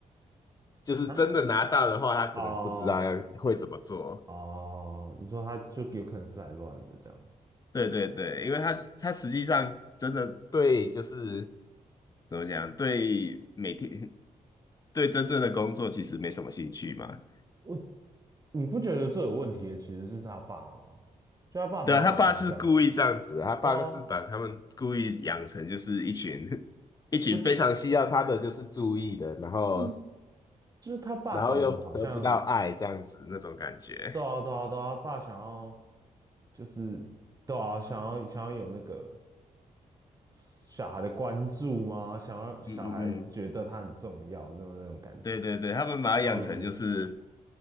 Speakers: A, on the left; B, on the right.
A: 就是真的拿到的话，
B: 啊，
A: 他可能不知道要会怎么做。
B: 哦哦，你说他就有可能是来乱的这样，
A: 对对对，因为他他实际上真的对，就是怎么讲，对每天对真正的工作其实没什么兴趣嘛。
B: 我你不觉得最有问题的其实是他爸吗？就他爸不要搞成这样，
A: 对啊，他爸是故意这样子的他爸是把他们故意养成就是一群
B: 对啊，
A: <laughs> 一群非常需要他的就是注意的，
B: 我
A: 然后
B: 就是就是他爸搞得好像，
A: 然后又得不到爱这样子那种感觉。
B: 对啊对啊对啊，他爸想要就是对啊，想要想要有那个小孩的关注吗？想要小孩觉得他很重要那种那种感觉，
A: 嗯嗯嗯，对对对，他们把他养成就是
B: 那我觉得